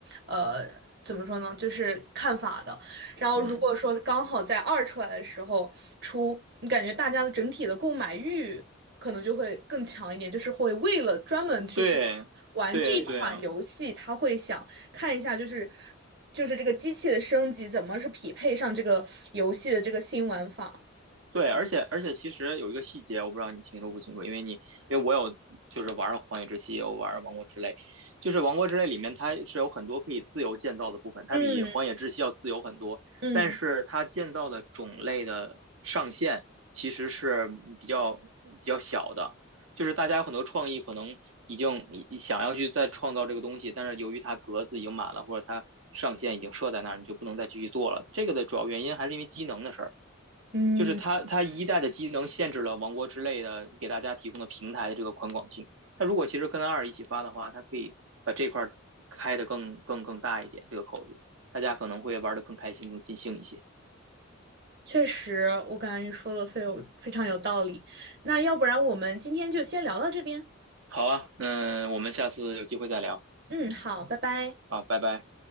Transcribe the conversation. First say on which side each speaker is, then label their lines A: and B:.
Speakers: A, on the right; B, on the right.
A: 呃，怎么说呢，就是看法的。然后如果说刚好在二出来的时候出，
B: 嗯。
A: 你感觉大家的整体的购买欲可能就会更强一点，就是会为了专门去这个玩这一对款游戏，
B: 对，对对啊，
A: 他会想。看一下，就是就是这个机器的升级怎么是匹配上这个游戏的这个新玩法。
B: 对，而且而且其实有一个细节，我不知道你清楚不清楚，因为你因为我有就是玩儿《荒野之息》，也有玩儿《王国之泪》，就是《王国之泪》里面它是有很多可以自由建造的部分，它比《荒野之息》要自由很多，
A: 嗯嗯
B: 但是它建造的种类的上限其实是比较比较小的，就是大家有很多创意可能已经想要去再创造这个东西，但是由于它格子已经满了，或者它上限已经设在那儿，你就不能再继续做了。这个的主要原因还是因为机能的事儿。
A: 嗯，
B: 就是它它一代的机能限制了王国之类的给大家提供的平台的这个宽广性。它如果其实跟二一起发的话，它可以把这块开得更更更大一点，这个口子，大家可能会玩得更开心、更尽兴一些。
A: 确实，我感觉你说的非有非常有道理。那要不然我们今天就先聊到这边。
B: 好啊，那我们下次有机会再聊
A: 嗯，好，拜拜。
B: 啊，拜拜。